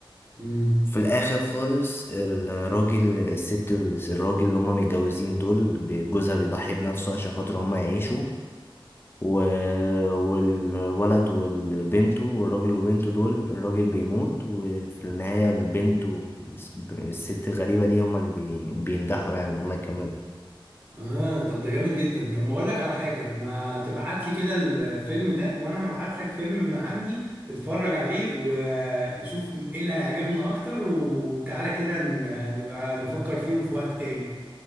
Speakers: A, on the right (about 20°); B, on the left (about 25°).
A: امم
B: في الاخر خالص الراجل الست الراجل اللي هما متجوزين دول ب- جوزها بيضحي بنفسه عشان خاطر هما يعيشوا و... والولد والبنت والراجل وبنته دول الراجل بيموت وفي النهاية البنت والست الغريبة دي هما اللي بي... بينجحوا يعني ان هما يكملوا
A: اه طب ده جامد جدا طب ما اقول لك على حاجه ما تبعت لي كده الفيلم ده وانا هبعت لك فيلم من عندي اتفرج عليه وشوف ايه اللي هيعجبنا اكتر وتعالى كده ن- نبقى نفكر فيهم في وقت تاني